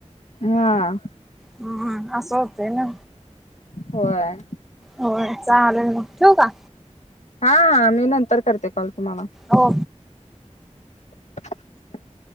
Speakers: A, on the left; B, in the centre.
A: हां..
B: हम्म.. असं होतंय ना,
A: होय.
B: होय चालेल ना, ठेवू कां.
A: हा.. मी नंतर करते, कॉल तुम्हाला.
B: हो.
A: <unintelligible>